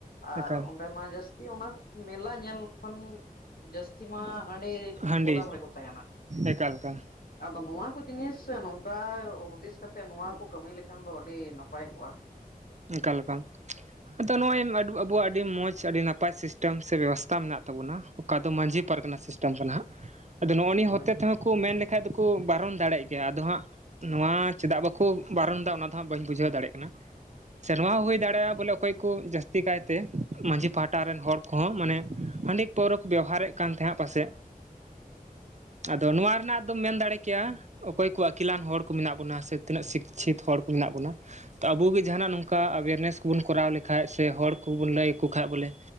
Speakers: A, on the left; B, on the right.
A: ᱟᱨ
B: ᱮᱠᱟᱞ
A: ᱚᱸᱰᱮ ᱢᱟ ᱡᱟᱹᱥᱛᱤ ᱚᱱᱟ ᱢᱮᱞᱟ ᱧᱮᱞ ᱠᱷᱚᱱ ᱡᱟᱹᱥᱛᱤ ᱢᱟ ᱦᱟᱸᱰᱮ
B: ᱦᱟᱺᱰᱤ
A: ᱜᱚᱫᱟᱢ ᱨᱮᱠᱚ ᱛᱟᱦᱮᱱᱟ
B: ᱮᱠᱟᱞ ᱮᱠᱟᱞ
A: ᱟᱫᱚ ᱱᱚᱣᱟ ᱠᱚ ᱡᱤᱱᱤᱥ ᱱᱚᱝᱠᱟ ᱦᱩᱫᱤᱥ ᱠᱟᱛᱮ ᱱᱚᱣᱟ ᱠᱚ ᱠᱟᱹᱢᱤ ᱞᱮᱠᱷᱟᱱ ᱫᱚ ᱟᱹᱰᱤ ᱱᱟᱯᱟᱭ ᱠᱚᱜᱼᱟ
B: ᱚᱱᱠᱟ ᱞᱮᱠᱟ ᱟᱫᱚ ᱱᱚᱜᱚᱭ ᱟᱵᱚᱣᱟᱜ ᱟᱹᱰᱤ ᱢᱚᱸᱡᱽ ᱟᱹᱰᱤ ᱱᱟᱯᱟᱭ ᱥᱤᱥᱴᱮᱢ ᱥᱮ ᱵᱮᱵᱚᱥᱛᱟ ᱢᱮᱱᱟᱜ ᱛᱟᱵᱚᱱᱟ ᱚᱠᱟ ᱫᱚ ᱢᱟᱺᱡᱷᱤ ᱯᱟᱨᱠᱟᱱᱟ ᱥᱤᱥᱴᱮᱢ ᱠᱚᱜ
A: <inaudible>
B: ᱟᱫᱚ ᱱᱚᱜᱼᱚ ᱱᱤ
A: ᱦᱳᱭ
B: ᱦᱚᱛᱮ ᱛᱮᱦᱚᱸ ᱠᱚ ᱢᱮᱱ ᱞᱮᱠᱷᱟᱡ ᱫᱚᱠᱚ ᱵᱟᱨᱚᱱ ᱫᱟᱲᱮᱭᱟᱜ ᱜᱮᱭᱟ ᱟᱫᱚ ᱦᱟᱸᱜ ᱱᱚᱣᱟ ᱪᱮᱫᱟᱜ ᱵᱟᱠᱚ ᱵᱟᱨᱚᱱ ᱫᱟ ᱚᱱᱟ ᱫᱚᱜ ᱵᱟᱹᱧ ᱵᱩᱡᱷᱟᱹᱣ ᱫᱟᱲᱮᱭᱟᱜ ᱠᱟᱱᱟ ᱥᱮᱨᱢᱟ ᱦᱩᱭ ᱫᱟᱲᱮᱭᱟᱜᱼᱟ ᱵᱚᱞᱮ ᱚᱠᱚᱭ ᱠᱚ ᱡᱟᱹᱥᱛᱤ ᱠᱟᱭᱛᱮ ᱢᱟᱺᱡᱷᱤ ᱯᱟᱦᱴᱟ ᱨᱮᱱ ᱦᱚᱲ ᱠᱚᱦᱚᱸ ᱢᱟᱱᱮ ᱦᱟᱺᱰᱤ ᱯᱣᱟᱹᱨᱟᱠᱽ ᱵᱮᱣᱦᱟᱨᱮᱫ ᱠᱟᱱ ᱛᱟᱦᱮᱸᱫ ᱯᱟᱥᱮᱡ
A: <inaudible>
B: ᱟᱫᱚ ᱱᱚᱣᱟ ᱨᱮᱱᱟᱜ ᱫᱚᱢ ᱢᱮᱱ ᱫᱟᱲᱮ ᱠᱮᱭᱟ ᱚᱠᱚᱭ ᱠᱚ ᱟᱹᱠᱤᱞᱟᱱ ᱦᱚᱲ ᱠᱚ ᱢᱮᱱᱟᱜ ᱵᱚᱱᱟ ᱥᱮ ᱛᱤᱱᱟᱹᱜ ᱥᱤᱪᱷᱤᱛ ᱦᱚᱲ ᱠᱚ ᱢᱮᱱᱟᱜ ᱵᱚᱱᱟ ᱛᱚ ᱟᱵᱚ ᱜᱮ ᱡᱟᱦᱟᱱᱟᱜ ᱱᱚᱝᱠᱟ ᱚᱱᱠᱟ ᱮᱣᱮᱨᱱᱮᱥ ᱠᱚᱵᱚᱱ ᱠᱚᱨᱟᱣ ᱞᱮᱠᱟᱱᱡ ᱥᱮ ᱦᱚᱲ ᱠᱚᱵᱚᱱ ᱞᱟᱹᱭ ᱟᱠᱚ ᱠᱷᱟᱱ ᱵᱚᱞᱮ